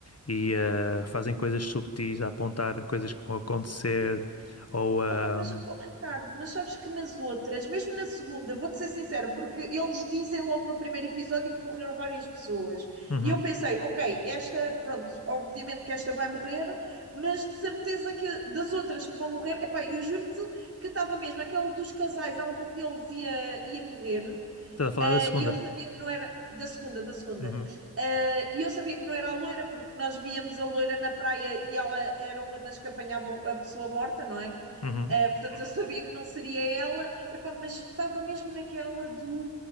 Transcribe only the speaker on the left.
e eh, fazem coisas subtis a apontar a coisas que vão acontecer. Ou. ah,
uhum.
Estás a falar
da segunda?
Uhum,
uhum,